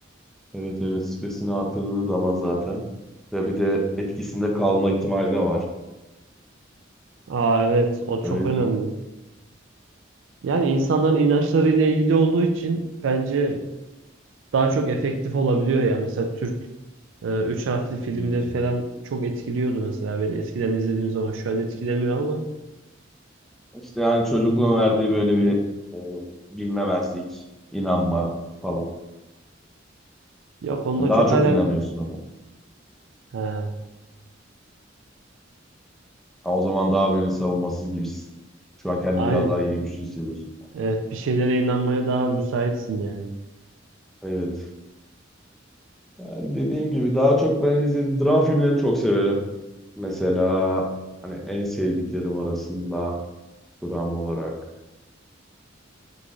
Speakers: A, in the centre; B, on the right (about 80°).
A: Evet evet stresini artırdığı zaman zaten. Ve bir de etkisinde kalma ihtimali de var.
B: Aa evet o çok
A: Öyle
B: önemli.
A: değil mi?
B: Yani insanların inançlarıyla ilgili olduğu için bence daha çok efektif olabiliyor ya. Mesela Türk e, üç harfli filmleri
A: Hmm.
B: falan çok etkiliyordu mesela beni eskiden izlediğim zaman şu an etkilemiyor ama
A: İşte yani çocukluğun verdiği böyle bir e, bilmemezlik, inanma falan.
B: Yok onunla
A: Daha
B: çok
A: çok
B: alak.
A: inanıyorsun ona.
B: Ha,
A: Ha, o zaman daha böyle savunmasız gibisin. Şu an kendini
B: aynen.
A: biraz daha yine güçlü hissediyorsun.
B: Evet bir şeylere inanmaya daha müsaitsin yani.
A: Evet. Yani dediğim gibi daha çok ben izlediğim dram filmlerini çok severim. Mesela hani en sevdiklerim arasında dram olarak.